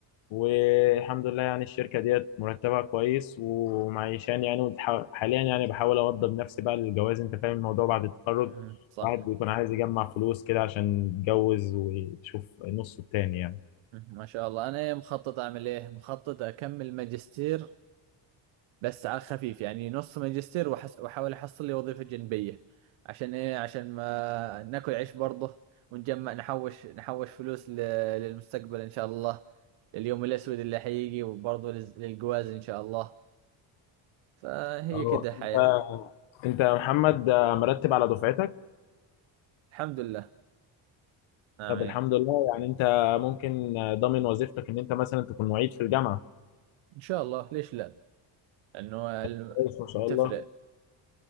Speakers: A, on the left; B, on the right.
A: والحمد لله يعني الشركة ديت مرتبها كويس ومعيشاني يعني وبتح- حاليا يعني بحاول أوضب نفسي بقى للجواز أنت فاهم الموضوع بعد التخرج
B: مهم. صح
A: الواحد بيكون عايز يجمع فلوس كده عشان يتجوز ويشوف نصه التاني يعني
B: مهم. ما شاء الله انا مخطط اعمل ايه مخطط اكمل ماجستير بس على خفيف يعني نص ماجستير وحس... وحاول احصل لي وظيفة جنبية عشان ايه عشان ما ناكل عيش برضه ونجمع نحوش نحوش فلوس ل... للمستقبل ان شاء الله لليوم الاسود اللي حيجي وبرضه لز... للجواز ان شاء الله فهي
A: اه
B: كده حياة
A: انت انت يا محمد آه، مرتب على دفعتك
B: الحمد لله نعم
A: طب
B: إيه.
A: الحمد لله يعني انت ممكن آه، ضامن وظيفتك ان انت مثلا تكون معيد في الجامعة
B: ان شاء الله ليش لا انه
A: طب
B: ال-
A: كويس ما شاء
B: تفرق
A: الله